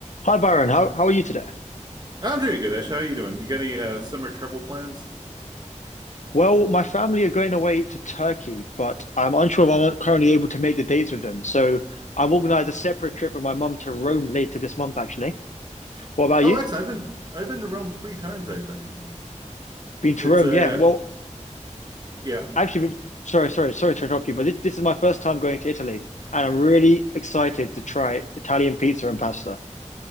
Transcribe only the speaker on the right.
I'm doing good, Ash. How are you doing? You got any uh, summer travel plans?
Oh,
actually, I've been I've been to Rome three times, I think.
It's
a
uh, yeah,